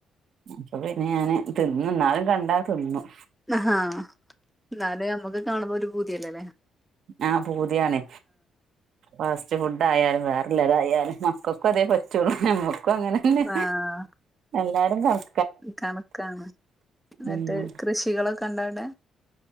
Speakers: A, on the right; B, in the centre.
A: അപ്പൊ പിന്നെ ഞാന് തിന്നുംന്നാലും കണ്ടാ തിന്നും.
B: ഹാ എന്നാലും നമ്മുക്ക് കാണുമ്പോ ഒരു പൂതിയല്ലേ അല്ലേ
A: ആഹ് പൂതിയാണ്. ഫ കു ഫുഡ്ഡായാലും വേറെല്ലതായാലും മക്കൾക്കും അതേ പ റ്റുള്ളു നമ്മുക്കും അങ്ങനന്നെ
B: ആഹ്
A: എല്ലാരും കണ്
B: കണക്കാണ് ന്നട്ട്
A: ഉം
B: കൃഷികളൊക്കെ ഉണ്ടാവടെ